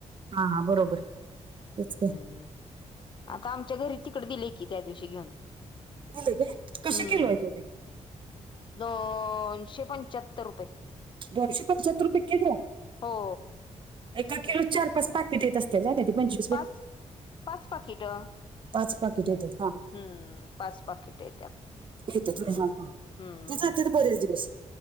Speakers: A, on the right (about 40°); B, on the left (about 40°).
A: हा हा बरोबर तेच की.
B: हम्म आता आमच्या घरी तिकडे दिले की त्या दिवशी घेऊन.
A: दिले का कसं
B: हम्म
A: किलो आहे तेवढे?
B: दोनशे पंच्याहत्तर रुपये.
A: दोनशे पंच्याहत्तर रुपये किलो.
B: हो.
A: एका किलो चार पाच पाॅकेट येत असते जा नाय ते पंच
B: पाच पाच पाकीटं.
A: पाच पाकीट येत्यात.
B: हम्म पाच पाकिट येत्यात.
A: <unintelligible> तिचं
B: हम्म हम्म
A: ते बरे आहे दिवस.